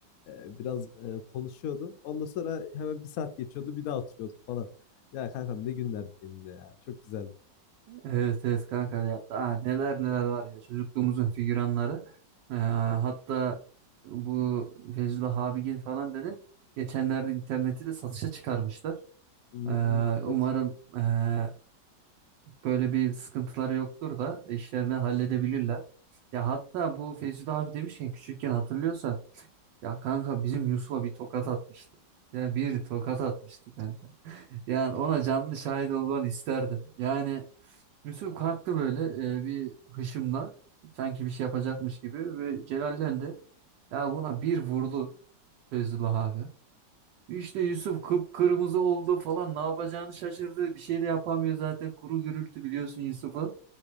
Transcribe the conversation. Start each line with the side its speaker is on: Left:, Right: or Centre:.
Left: e, biraz e, konuşuyordu. Ondan sonra hemen bir saat geçiyordu bir daha oturuyordu falan. Ya kankam ne günlerdi yeminle ya. Çok güzeldi.
Right: Evet evet kanka ya. Aa, neler neler var ya çocukluğumuzun figüranları. Ee, hatta bu Feyzullah Abigil falan dedin. Geçenlerde interneti de satışa çıkarmışlar.
Left: Hmm,
Right: Ee, umarım
Left: evet.
Right: ee, böyle bir sıkıntıları yoktur da işlerini halledebilirler. Ya hatta bu Feyzi abi demişken küçükken hatırlıyorsan ya kanka bizim Yusuf'a bir tokat atmıştı. Ya bir tokat atmıştı kanka. Yani ona canlı şahit olmanı isterdim. Yani Yusuf kalktı böyle e, bir hışımla sanki bir şey yapacakmış gibi ve celallendi. Ya buna bir vurdu Feyzullah abi. İşte Yusuf kıpkırmızı oldu falan ne yapacağını şaşırdı. Bir şey de yapamıyor zaten kuru gürültü biliyorsun Yusuf'u.